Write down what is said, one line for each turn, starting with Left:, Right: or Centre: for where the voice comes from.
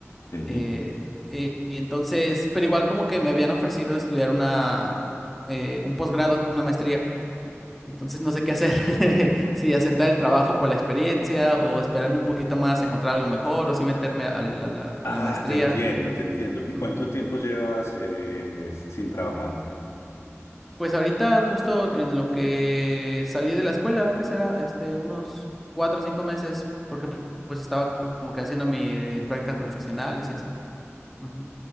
Left: Ok.
Centre: Eh, eh, entonces, pero igual como que me habían ofrecido estudiar una, eh, un posgrado, una maestría. Entonces no sé qué hacer, <laughs> si aceptar el trabajo por la experiencia o esperarme un poquito más a encontrar algo mejor o si meterme a la, a la-
Left: Ah,
Centre: a la maestría.
Left: te entiendo, te entiendo. ¿Y
Centre: Ujú.
Left: cuánto tiempo llevas eh, sin trabajar?
Centre: Pues ahorita justo en lo que salí de la escuela, ¿qué será? Este, unos cuatro o cinco meses, porque pues estaba como que haciendo mis prácticas profesionales y así. Ujú,